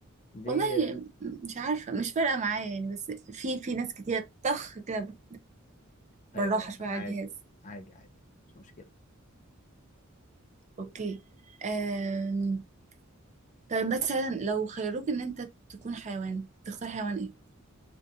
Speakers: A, on the left; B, on the right.
A: دي
B: والله مش عارفة مش فارقة معايا يعني بس في في ناس كتير طخ كده بالراحة
A: ايوه ايوه
B: شوية
A: عادي
B: على الجهاز
A: عادي عادي مش مشكله
B: اوكي أم... طيب مثلا لو خيروك ان انت تكون حيوان تختار حيوان ايه؟